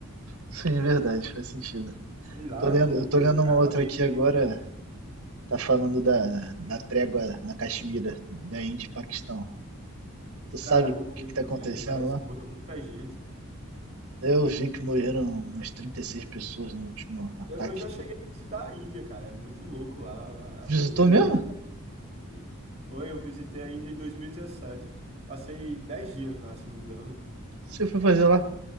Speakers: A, on the right (about 55°); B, on the right (about 30°).
A: Sim, verdade, faz sentido.
B: Sei lá,
A: Tô lendo,
B: loucura.
A: eu tô lendo
B: Cara,
A: uma outra
B: o avião
A: aqui agora,
B: tem.
A: tá falando da, da trégua na Caxemira, da Índia e Paquistão. Tu sabe
B: Cara, loucura
A: o que que tá
B: também
A: acontecendo
B: ali. Parece
A: lá?
B: que morreu muita gente.
A: Eu vi que morreram umas 36 pessoas no último ataque.
B: Eu, eu já cheguei a visitar a Índia, cara. É muito louco lá. A,
A: Visitou
B: a cultura é muito
A: mesmo?
B: diferente. da nossa cultura. Foi, eu visitei a Índia em 2017. Passei 10 dias lá, se não me engano.
A: Você foi fazer lá?